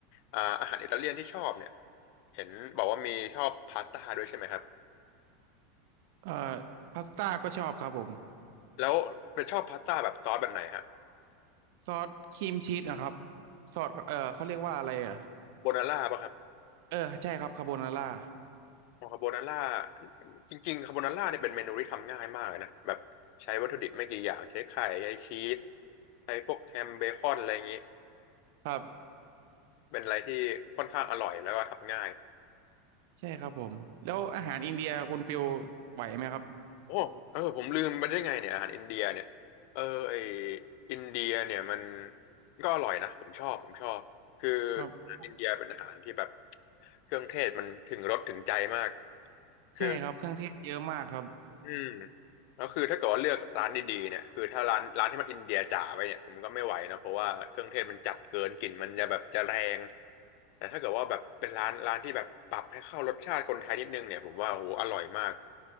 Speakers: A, on the left; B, on the right.
A: อ่าอาหารอิตาเลียนที่ชอบเนี่ยเห็นบอกว่ามีชอบพาสต้าด้วยใช่ไหมครับ
B: เอ่อพาสต้าก็ชอบครับผม
A: แล้วเป็นชอบพาสต้าแบบซอสแบบไหนฮะ
B: ซอสครีมชีสนะครับซอสเอ่อเขาเรียกว่าอะไรอ่ะ
A: โบนาร่าป่ะครับ
B: เออใช่ครับคาโบนาร่า
A: คาโบนาร่าจริงๆคาโบนาร่าเนี่ยเป็นเมนูที่ทำง่ายมากเลยนะแบบใช้วัตถุดิบไม่กี่อย่างใช้ไข่ใช้ชีสใช้พวกแฮมเบคอนอะไรอย่างนี้
B: ครับ
A: เป็นอะไรที่ค่อนข้างอร่อยแล้วก็ทำง่าย
B: ใช่ครับผมแล้วอาหารอินเดียคุณฟิลไหวไหมครับ
A: โอ้เออผมลืมไปได้ไงเนี่ยอาหารอินเดียเนี่ยเออไออินเดียเนี่ยมันก็อร่อยนะผมชอบผมชอบคือ
B: ครับ
A: อาหารอินเดียเป็นอาหารที่แบบเครื่องเทศมันถึงรสถึงใจมากคือ
B: ใช่ครับเครื่องเทศเยอะมากครับ
A: อืมแล้วคือถ้าเกิดว่าเลือกร้านดีๆเนี่ยคือถ้าร้านร้านที่มันอินเดียจ๋าไปเนี่ยผมก็ไม่ไหวนะเพราะว่าเครื่องเทศมันจัดเกินกลิ่นมันจะแบบจะแรงแต่ถ้าเกิดว่าแบบเป็นร้านร้านที่แบบปรับให้เข้ารสชาติคนไทยนิดนึงเนี่ยผมว่าโหอร่อยมาก